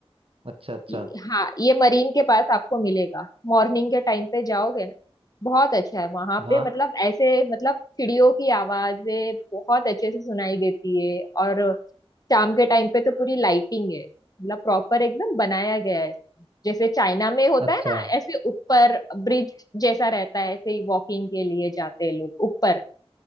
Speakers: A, on the right (about 65°); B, on the left (about 40°).
A: अच्छा अच्छा
B: ये- हाँ ये मरीन के पास आपको मिलेगा मॉर्निंग के टाइम पे जाओगे ना बहुत अच्छा है वहां
A: हाँ
B: पे मतलब ऐसे मतलब चिड़ियों की आवाजें बहुत अच्छे से सुनाई देती है और शाम के टाइम पे तो पूरी लाइटिंग है मतलब प्रॉपर एकदम बनाया गया है जैसे चाइना में होता
A: अच्छा
B: है ना ऐसे ऊपर ब्रिज जैसा रहता है ऐसे ही वॉकिंग के लिए जाते हैं लोग ऊपर